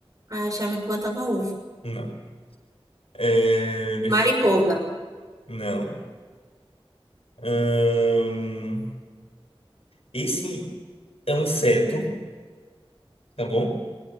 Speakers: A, on the right; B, on the left.
A: Ah, eu achava que botava ovo.
B: Não. É, deixa,
A: Mariposa.
B: não. Ahn, esse é um inseto, tá bom?